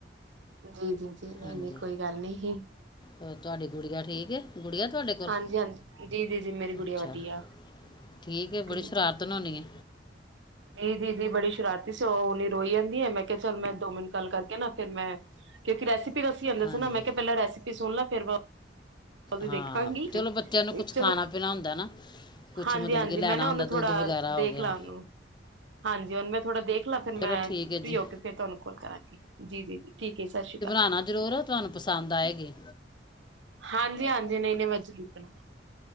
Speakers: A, on the right; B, on the left.
A: ਜੀ- ਜੀ- ਜੀ ਨਹੀਂ-
B: ਹਾਂਜੀ
A: ਨਹੀਂ ਕੋਈ ਗੱਲ ਨਹੀਂ ਸੀ।
B: ਹੋਰ ਤੁਹਾਡੀ ਗੁੱਡੀਆਂ ਠੀਕ ਏ। ਗੁੱਡੀਆਂ ਤੁਹਾਡੇ ਕੋਲ,
A: ਹਾਂਜੀ ਹਾਂਜੀ ਜੀ ਜੀ ਜੀ ਮੇਰੀ ਗੁੜੀਆ
B: ਅੱਛਾ
A: ਵਧੀਆ
B: ਠੀਕ ਹੈ ਬੜੀ
A: ਤੇ
B: ਸਰਾਰਤ ਤਨ ਹੋਣੀ ਏ।
A: ਜੀ- ਜੀ -ਜੀ ਬੜੀ ਸ਼ਰਾਰਤੀ ਸੀ ਉਹ -ਉਹ ਨ ਰੋਈ ਜਾਂਦੀ ਹੈ ਮੈਂ ਕਿਹਾ ਚੱਲ ਮੈਂ ਦੋ ਮਿੰਟ ਗੱਲ ਕਰਕੇ ਨਾ ਫਿਰ ਮੈਂ ਕਿਉਂਕਿ ਰੈਸਪੀ ਦੱਸੀ ਜਾਂਦਾ ਸੀ
B: ਹਾਂਜੀ
A: ਨਾ ਮੈਂ ਕਿਹਾ ਪਹਿਲਾ ਰੈਸਪੀ ਸੁਣ ਲ ਫਿਰ ਬਾਦ ਵਿੱਚ
B: ਹਾਂ
A: ਦੇਖਾਂਗੀ,
B: ਚਲੋ ਬੱਚਿਆਂ ਨੂੰ ਕੁਝ
A: ਚਲੋ।
B: ਖਾਣਾ ਪੀਣਾ ਹੁੰਦਾ ਨਾ ਕੁਝ
A: ਹਾਂਜੀ-
B: ਮਤਲਬ
A: ਹਾਂਜੀ
B: ਕਿ ਲੈਣਾ
A: ਮੈਂ ਨਾ
B: ਹੁੰਦਾ
A: ਉਹਨੂੰ ਥੋੜਾ
B: ਦੁੱਧ ਵਗੈਰਾ
A: ਦੇਖ
B: ਹੋ ਗਿਆ
A: ਲਾ ਉਹਨੂੰ ਹਾਂਜੀ ਉਹਨੂੰ ਮੈਂ ਥੋੜ੍ਹਾ ਦੇਖ ਦੇਖਲਾਂ ਫਿਰ
B: ਚਲੋ
A: ਮੈਂ
B: ਠੀਕ
A: ਫਰੀ
B: ਹੈ ਜੀ
A: ਹੋ ਕੇ ਫਿਰ ਤੁਹਾਨੂੰ ਕੋਲ ਕਰਾਂਗੀ ਜੀ-ਜੀ-ਜੀ ਠੀਕ ਹੈ ਸਤਿ ਸ਼੍ਰੀ ਅਕਾਲ।
B: ਹਨਾ ਜ਼ਰੂਰਤ। ਤੁਹਾਨੂੰ ਪਸੰਦ ਆਏਗੀ।
A: ਹਾਂਜੀ - ਹਾਂਜੀ ਨਹੀਂ - ਨਹੀਂ ਮੈਂ ਜ਼ਰੂਰ ਬਣਾਵਾਂਗੀ